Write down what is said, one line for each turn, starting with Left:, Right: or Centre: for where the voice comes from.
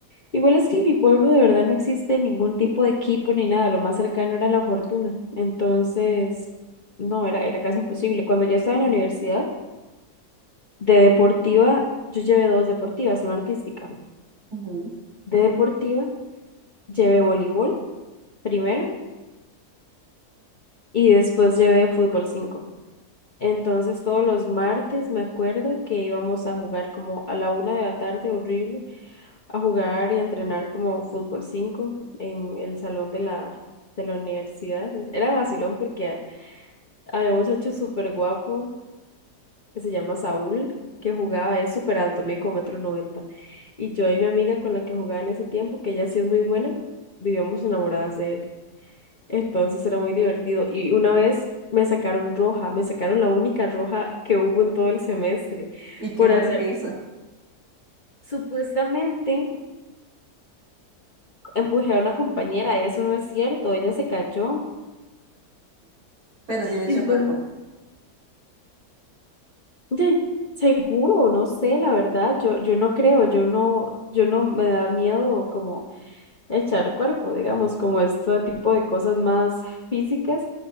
Left: Igual es que en mi pueblo de verdad no existe ningún tipo de equipo ni nada, lo más cercano era la fortuna. Entonces, no, era, era casi imposible. Cuando ya estaba en la universidad, de deportiva, yo llevé dos deportivas, una artística.
Right: Ujú.
Left: De deportiva, llevé voleibol primero y después llevé fútbol cinco Entonces, todos los martes me acuerdo que íbamos a jugar como a la una de la tarde, horrible a jugar y a entrenar como fútbol 5 en el salón de la, de la universidad. Es- Era vacilón porque había un muchacho súper guapo que se llama Saúl, que jugaba, es súper alto, mide como metro noventa. Y yo y mi amiga con la que jugaba en ese tiempo, que ella sí es muy buena, vivíamos enamoradas de él. Entonces era muy divertido. Y una vez me sacaron roja, me sacaron la única roja que hubo en todo el semestre
Right: ¿Y qué
Left: por
Right: fue
Left: hacer...
Right: lo que hizo?
Left: Supuestamente empujé a una compañera, eso no es cierto, ella se cayó
Right: Pero sí le echó
Left: Entonces,
Right: cuerpo.
Left: de- seguro, no sé, la verdad, yo, yo no creo, yo no, yo no me da miedo como echar cuerpo, digamos, como este tipo de cosas más físicas,